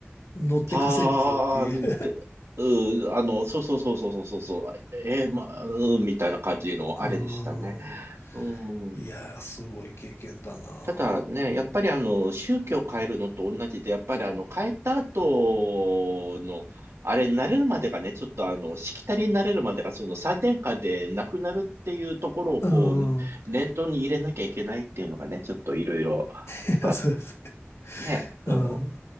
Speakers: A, on the left; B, on the right.
A: 乗って稼ぐぞっていう。
B: はーんって、
A: <laughs>
B: うー、あの、そうそうそうそうそうそう、そうえー、まあ、うーん、みたいな感じの、
A: うん
B: あれでしたね。うん。
A: いやー、すごい経験だな。
B: ただね、やっぱりあの、宗教を変えるのと同じで、やっぱりあの、変えた後の、あれになれるまでがね、ちょっとあの、しきたりになれるまでが、その3年間でなくなるっていうところをこう、
A: うん。<laughs>
B: 念頭に入れなきゃいけないっていうのがね、ちょっといろいろ、
A: いや、
B: あ、
A: そうですね
B: ね、う
A: うん。